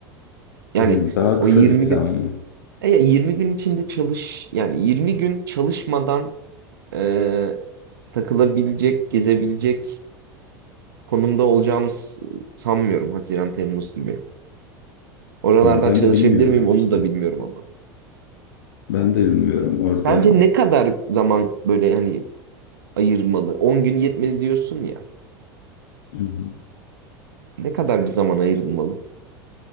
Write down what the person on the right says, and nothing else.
Yani
o
20
gün
e, ya 20 gün içinde çalış yani 20 gün çalışmadan e, takılabilecek, gezebilecek konumda olacağımı s- sanmıyorum Haziran Temmuz gibi. Oralardan
çalışabilir
miyim
onu da bilmiyorum ama.
Sence ne kadar zaman böyle hani ayırmalı? 10 gün yetmedi diyorsun ya.
Ne kadar bir zaman ayrılmalı?